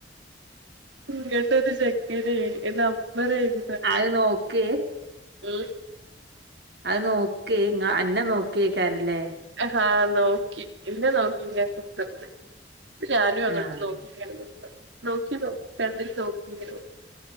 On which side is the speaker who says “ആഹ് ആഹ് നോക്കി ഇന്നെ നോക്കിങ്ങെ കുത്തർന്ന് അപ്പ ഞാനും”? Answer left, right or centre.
Right